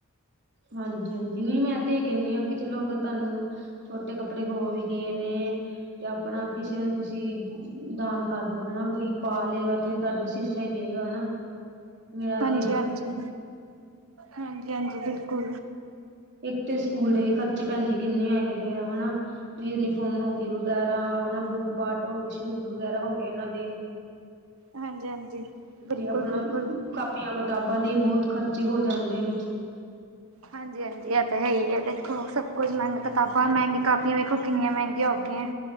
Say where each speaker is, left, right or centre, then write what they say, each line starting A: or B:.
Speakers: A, on the right; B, on the right.
A: ਹਾਂਜੀ-ਹਾਂਜੀ ਨਹੀਂ ਮੈਂ ਤੇ ਇਹ ਕਹਿੰਦੀ ਹਾਂ ਵੀ ਚਲੋ ਅਗਰ ਤੁਹਾਨੂੰ। ਛੋਟੇ ਕੱਪੜੇ ਹੋ ਵੀ ਗਏ ਨੇ। ਤੇ ਆਪਣਾ ਕਿਸੇ ਨੂੰ ਤੁਸੀਂ ਦਾਨ ਕਰਦੋ ਹਨਾ ਕੋਈ ਪਾ ਲਏਗਾ। ਤੇ ਤੁਹਾਨੂੰ ਆਸੀਸਾਂ ਹੀ ਦੇ ਗਾ ਹਨਾ। ਮੇਰਾ
B: ਹਾਂਜੀ-ਹਾਂਜੀ
A: ਤੇ ਇਹੀ
B: ਹਾਂਜੀ-ਹਾਂਜੀ ਬਿਲਕੁਲ।
A: ਇੱਕ ਤੇ ਸਕੂਲ ਦੇ ਵੀ ਖਰਚੇ ਭੈਣ ਜੀ ਕਿੰਨੇ ਹੈਗੇ ਦੇ ਆ ਹਨਾ। ਯੂਨੀਫਾਰਮ ਹੋ ਗਈ ਵਗੈਰਾ ਹਨਾ ਬੂਟ ਬਾਟ। ਸ਼ੂਜ ਵਗੈਰਾ ਹੋ ਗਏ ਇਹਨਾਂ ਦੇ।
B: ਹਾਂਜੀ ਹਾਂਜੀ, ਬਿਲਕੁਲ
A: ਤੇ ਆਪਣਾ
B: ਬਿਲਕੁਲ
A: ਕਾਪੀਆਂ- ਕਿਤਾਬਾਂ ਦੇ ਈ ਬਹੁਤ ਖਰਚੇ ਹੋ ਜਾਂਦੇ ਨੇ।
B: ਹਾਂਜੀ ਹਾਂਜੀ ਇਹ ਤਾਂ ਹੈ ਹੀ ਆ, ਵੇਖੋ ਸਭ ਕੁਝ ਮਹਿੰਗਾ ਕਿਤਾਬ ਪਰ ਕਾਪੀਆਂ ਵੇਖੋ ਕਿੰਨੀਆਂ ਮਹਿੰਗੀਆਂ ਹੋਗੀਆਂ।